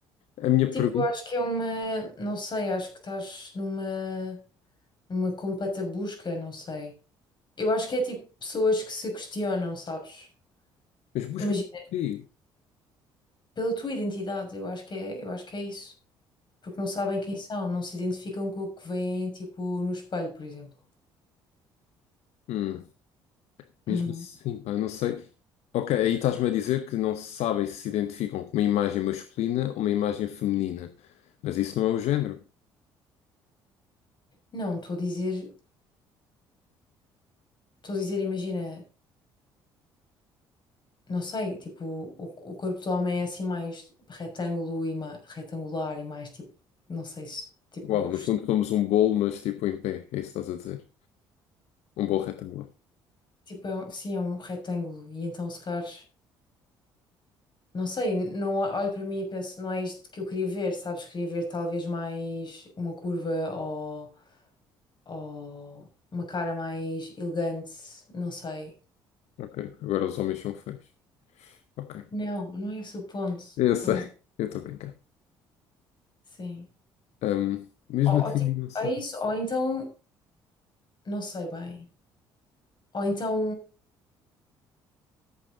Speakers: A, on the left (about 65°); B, on the left (about 40°).
A: A minha
B: Tipo,
A: pergunta.
B: eu acho que é uma, não sei, acho que estás numa, numa completa busca, não sei. Eu acho que é tipo pessoas que se questionam, sabes?
A: Mas busca
B: Imagina,
A: por quê?
B: pela tua identidade, eu acho que é, eu acho que é isso. Porque não sabem quem são, não se identificam com o que veem, tipo, no espelho, por exemplo.
A: Hum, mesmo
B: Uhum.
A: assim, pá, não sei. Ok, aí estás-me a dizer que não sabem se se identificam com uma imagem masculina ou uma imagem feminina. Mas isso não é o género.
B: Não, estou a dizer, estou a dizer, imagina, não sei, tipo, o, o corpo do homem é assim mais retângulo e ma- retangular e mais tipo, não sei se, tipo,
A: Uau,
B: os-
A: no fundo somos um bolo, mas tipo em pé. É isso que estás a dizer? Um bolo retangular.
B: tipo, é um- sim, é um retângulo e então se calhar. Não sei, não olho para mim e penso, não é isto que eu queria ver, sabes? Queria ver talvez mais uma curva ou, ou uma cara mais elegante, não sei.
A: Ok. Agora os homens são feios. Ok.
B: Não, não é esse o ponto. Estamos...
A: Eu sei. Eu estou a brincar.
B: Sim.
A: Ahm, mesmo
B: Ou,
A: assim,
B: ou tipo,
A: não sei.
B: é isso, ou então, não sei bem. Ou então